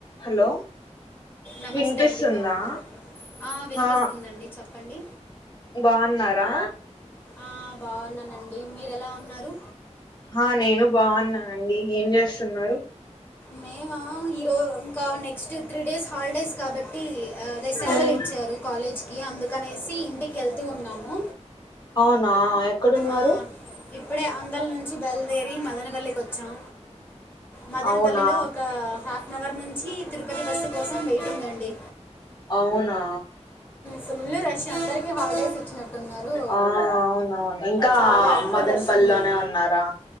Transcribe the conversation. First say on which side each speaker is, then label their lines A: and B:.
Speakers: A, on the left (about 35°); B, on the left (about 15°).
A: Hello
B: నమస్తే
A: వినిపిస్తుందా
B: అండి బాగున్నారా ఆ వినిపిస్తుందండి
A: హా
B: చెప్పండి
A: బాగున్నారా
B: ఆ, బాగున్నానండి మీరు ఎలా ఉన్నారు
A: హా నేను బాగున్నానండి ఏం చేస్తున్నారు
B: మేమా ఈరో ఇంకా నెక్స్ట్ త్రీ డేస్ హాలిడేస్ కాబట్టి ఆ సెలవలు
A: ఉమ్
B: ఇచ్చారు కాలేజ్ కి అందుకనేసి ఇంటికి వెళ్తూ ఉన్నాము
A: అవునా ఎక్కడున్నారు
B: ఆ, ఇప్పుడే అంగల్ నుంచి బయల్దేరి మదన పల్లికి వచ్చాం మదనపల్లిలో
A: అవునా
B: ఒక హాఫ్ నగర్ నుంచి తిరుపతి బస్సు కోసం వెయిటింగ్ అండి
A: అవునా
B: ఫుల్ రష్ అందరికి హాలిడేస్ ఇచ్చినట్టున్నారు
A: ఆ అవునవును ఇంకా
B: చాలా ఎక్కువ
A: మదన్పల్లి
B: రష్ ఉంది
A: లోనే ఉన్నారా